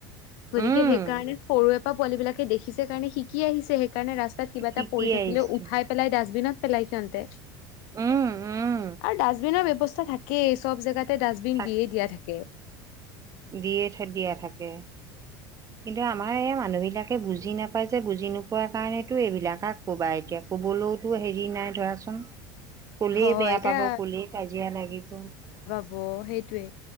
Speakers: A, on the left; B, on the right.
A: গতিকে
B: উম
A: সেইকাৰণে সৰু পোৱালী বিলাকে দেখিছে কাৰণে শিকি আহিছে সেইকাৰণে ৰাস্তাত কিবা
B: শিকি
A: এটা পৰি থাকিলেও
B: আহিছো
A: উঠাই পেলাই দাচবিনত পেলাই সিহঁতে
B: উম উম
A: আৰু দাচবিনত ব্যৱস্থা থাকেই চব জেগাতে ডাষ্টবিন
B: থাক
A: দিয়ে দিয়া থাকে।
B: দিয়ে থাকে দিয়া থাকে। কিন্তু আমাৰ এই মানুহবিলাকে বুজি নাপায় যে বুজি নোপোৱাৰ কাৰণেতো এইবিলাকাক ক'বা এতিয়া ক'বলৈওতো হেৰি নাই ধৰাচোন,, কলেই
A: হয়
B: বেয়া
A: এতিয়া
B: পাব বুলি কাজিয়া লাগিব।
A: অ', সেইটোয়ে।